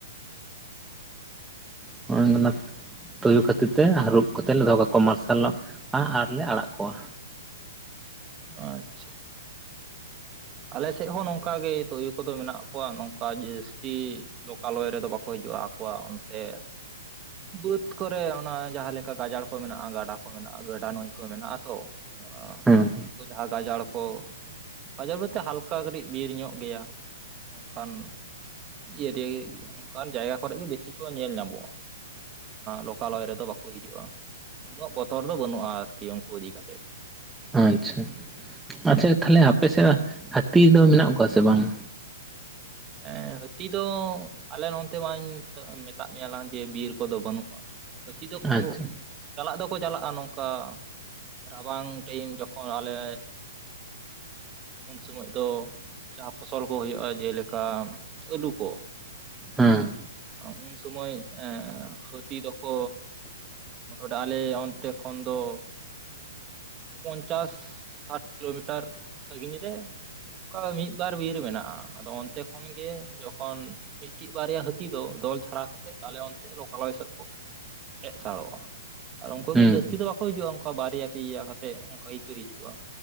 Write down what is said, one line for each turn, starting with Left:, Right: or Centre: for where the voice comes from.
Right: <inaudible>
Centre: <unintelligible> ᱛᱩᱭᱩ ᱠᱷᱟᱹᱛᱤᱨ ᱛᱮ ᱦᱟᱹᱨᱩᱵ ᱠᱟᱛᱮᱫ ᱞᱮ ᱫᱚᱦᱚ ᱠᱟᱠᱚᱣᱟ ᱢᱟᱨᱥᱟᱞᱚᱜ-ᱟ ᱟᱨᱞᱮ ᱟᱲᱟᱜ ᱠᱚᱣᱟ
Right: ᱟᱪᱪᱷᱟ ᱟᱞᱮᱥᱮᱫ ᱦᱚᱸ ᱱᱚᱝᱠᱟ ᱜᱮ ᱛᱚᱭᱳ ᱠᱚᱫᱚ ᱢᱮᱱᱟᱜ ᱠᱚᱣᱟ ᱱᱚᱝᱠᱟ ᱡᱟᱹᱥᱛᱤ ᱞᱳᱠᱟᱞᱳᱭ ᱨᱮᱫᱚ ᱵᱟᱠᱚ ᱦᱤᱡᱩᱜᱼᱟ ᱟᱠᱚᱣᱟᱜ ᱚᱱᱛᱮ ᱵᱟᱹᱫᱽ ᱠᱚᱨᱮ ᱚᱱᱟ ᱡᱟᱦᱟᱸᱞᱮᱠᱟ ᱜᱟᱡᱟᱲ ᱠᱚ ᱢᱮᱱᱟᱜᱼᱟ ᱜᱟᱰᱟ ᱠᱚ ᱢᱮᱱᱟᱜᱼᱟ ᱜᱟᱰᱟ ᱱᱟᱹᱭ ᱠᱚ ᱢᱮᱱᱟᱜᱼᱟ ᱛᱚ ᱚᱱᱟ
Centre: ᱦᱮᱸ
Right: ᱡᱟᱦᱟᱸ ᱜᱟᱡᱟᱲ ᱠᱚ ᱜᱟᱡᱟᱲ ᱵᱚᱞᱚᱛᱮ ᱦᱟᱞᱠᱟ ᱠᱟᱹᱴᱤᱡ ᱵᱤᱨ ᱧᱚᱜ ᱜᱮᱭᱟ ᱚᱱᱠᱟᱱ ᱤᱭᱟ ᱫᱤᱭᱟᱹ ᱜᱤ ᱚᱱᱠᱟᱱ ᱡᱟᱭᱜᱟ ᱠᱚᱨᱮ ᱜᱮ ᱵᱮᱥᱤ ᱠᱚ ᱧᱮᱞ ᱧᱟᱢᱚᱜᱼᱟ ᱞᱳᱠᱟᱞᱳᱚᱭ ᱨᱮᱫᱚ ᱵᱟᱠᱚ ᱦᱤᱡᱩᱜᱼᱟ ᱩᱱᱟᱹᱜ ᱵᱚᱛᱚᱨ ᱫᱚ ᱵᱟᱹᱱᱩᱜᱼᱟ ᱟᱨᱠᱤ ᱩᱱᱠᱩ ᱤᱫᱤ ᱠᱟᱛᱮᱫ
Centre: ᱟᱪᱪᱷᱟ ᱟᱪᱪᱷᱟ ᱛᱟᱦᱚᱞᱮ ᱟᱯᱮᱥᱮᱫ ᱦᱟᱹᱛᱤ ᱫᱚ ᱢᱮᱱᱟᱜ ᱠᱚᱣᱟ ᱥᱮ ᱵᱟᱝᱼᱟ?
Right: ᱦᱮᱸ ᱦᱟᱹᱛᱤ ᱫᱚ ᱟᱞᱮ ᱱᱚᱱᱛᱮ ᱢᱟᱧ ᱢᱮᱛᱟᱫ ᱢᱮᱭᱟ ᱞᱟᱝ ᱡᱮ ᱵᱤᱨ ᱠᱚᱫᱚ ᱵᱟᱹᱱᱩᱜᱼᱟ ᱦᱟᱹᱛᱤ ᱫᱚᱠᱚ
Centre: ᱟᱪᱪᱷᱟ
Right: ᱪᱟᱞᱟᱜ ᱫᱚᱠᱚ ᱪᱟᱞᱟᱜᱼᱟ ᱱᱚᱝᱠᱟ ᱨᱟᱵᱟᱝ ᱴᱟᱭᱤᱢ ᱡᱚᱠᱷᱚᱱ ᱟᱞᱮ ᱩᱱ ᱥᱚᱢᱚᱭ ᱫᱚ ᱡᱟᱦᱟᱸ ᱯᱷᱚᱥᱚᱞ ᱠᱚ ᱦᱩᱭᱩᱜᱼᱟ ᱡᱮᱞᱮᱠᱟ ᱟᱹᱞᱩ ᱠᱚ
Centre: ᱦᱮᱸ
Right: ᱩᱱ ᱥᱚᱢᱚᱭ ᱦᱟᱹᱛᱤ ᱫᱚᱠᱚ ᱢᱳᱴᱟᱢᱩᱴᱤ ᱟᱞᱮ ᱚᱱᱛᱮ ᱠᱷᱚᱱ ᱫᱚ ᱯᱚᱧᱪᱟᱥ ᱥᱟᱴ ᱠᱤᱞᱳᱢᱤᱴᱟᱨ ᱥᱟᱜᱤᱧ ᱨᱮ ᱚᱱᱠᱟ ᱢᱤᱫ ᱵᱟᱨ ᱵᱤᱨ ᱢᱮᱱᱟᱜᱼᱟ ᱟᱫᱚ ᱚᱱᱛᱮ ᱠᱷᱚᱱ ᱜᱮ ᱡᱚᱠᱷᱚᱱ ᱢᱤᱫᱴᱤᱡ ᱵᱟᱨᱭᱟ ᱦᱟᱹᱛᱤ ᱛᱤ ᱫᱚ ᱫᱚᱞ ᱪᱷᱟᱲᱟ ᱠᱟᱛᱮᱫ ᱟᱞᱮ ᱚᱱᱛᱮ ᱞᱳᱠᱟᱞᱳᱚᱭ ᱥᱮᱫ ᱠᱚ ᱦᱮᱡ ᱥᱟᱲᱚᱜᱼᱟ ᱟᱨ ᱩᱱᱠᱩ
Centre: ᱦᱮᱸ
Right: ᱜᱮ ᱡᱟᱹᱥᱛᱤ ᱫᱚ ᱵᱟᱠᱚ ᱦᱤᱡᱩᱜᱼᱟ ᱚᱝᱠᱟᱹ ᱵᱟᱨᱭᱟ ᱯᱮᱭᱟᱹ ᱠᱟᱛᱮᱫ ᱚᱝᱠᱟ ᱜᱮᱠᱚ ᱦᱤᱡᱩᱜᱼᱟ